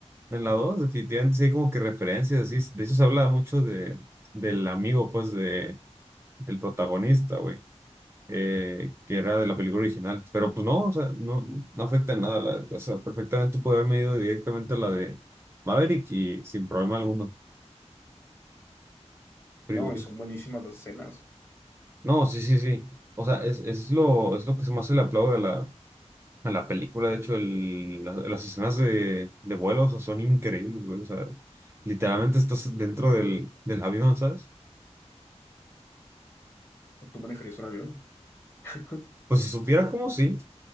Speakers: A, on the right; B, on the left.
A: en la 2 definitivamente sí hay como que referencias, así. De eso se habla mucho de, del amigo, pues, de, del protagonista, güey, eh, que era de la película original. Pero pues no, o sea, no, no afecta en nada. la neta. o sea, perfectamente puede haberme ido directamente a la de Maverick y sin problema alguno. pero
B: No,
A: igual.
B: y son buenísimas las escenas.
A: No, sí, sí, sí. O sea, es, es lo, es lo que se me hace el aplauso A La película, de hecho, el- la- las escenas de, de vuelo, o sea, son increíbles, güey. O sea, literalmente estás dentro del, del avión, ¿sabes?
B: ¿Tú manejarías un avión? <laughs>
A: Pues si supiera cómo, sí,